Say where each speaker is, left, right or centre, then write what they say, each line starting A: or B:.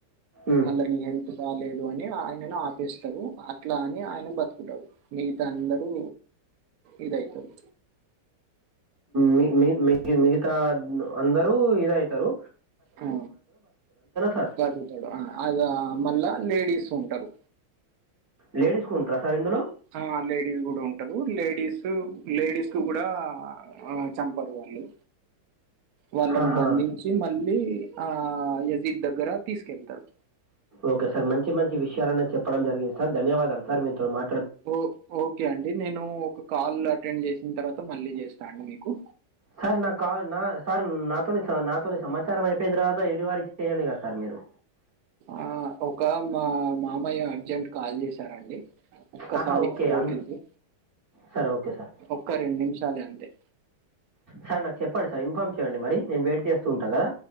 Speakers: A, on the right; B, on the right.
A: ఉమ్.
B: మళ్ళా నీ ఎంతు రాలేదు అని ఆయనను ఆపేస్తారు అట్లా అని ఆయన బతుకుంటడు మిగతా అందరూ ఇదయితరు
A: మి మి మిగతా అందరు ఇదయితారు
B: అ
A: సార్
B: బతుకుతడు అద మళ్ళ లేడీ సుంటరు
A: లేడీస్కుంటార సార్ ఇందులో
B: ఆ లేడీస్ గుడా ఉంటరు లేడీస్ లేడీస్క్ గుడా ఆ చంపరు అలో వాళ్ళని
A: ఆహా
B: బంధించి మళ్ళీ ఆ యజీద్ దగ్గర తీసుకెళ్తారు
A: ఓకే సార్ మంచి మంచి విషయాలనే చెప్పడం జరిగింది సార్ ధన్యవాదాలు సార్ మీతో మా
B: ఓ ఓకే అండి నేను ఒక కాల్ అటెండ్ చేసిన తర్వాత మళ్ళీ చేస్తా అండి మీకు
A: సార్ నా కా నా సార్ నాతోని నాతోని సమాచారం అయిపోయింద్రత <unintelligible> చేయండి గదా సార్ మీరు
B: ఆ ఒక మా మామయ్య అర్జెంట్ కాల్ చేసారండి ఒక్కసారి
A: ఆహా ఓకే అంద
B: తింది
A: సరే ఓకే సార్
B: ఒక్క రెండ్ నిమిషాలే అంతే
A: సార్ నాకు చెప్పండి సార్ ఇన్ఫార్మ్ చేయండి మరి నేను వెయిట్ జేస్తూ ఉంటా కదా